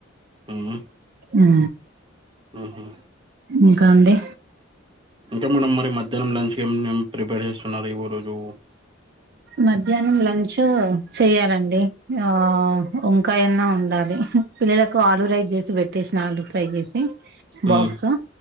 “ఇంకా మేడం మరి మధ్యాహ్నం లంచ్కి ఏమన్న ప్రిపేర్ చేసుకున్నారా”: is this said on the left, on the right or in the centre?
Right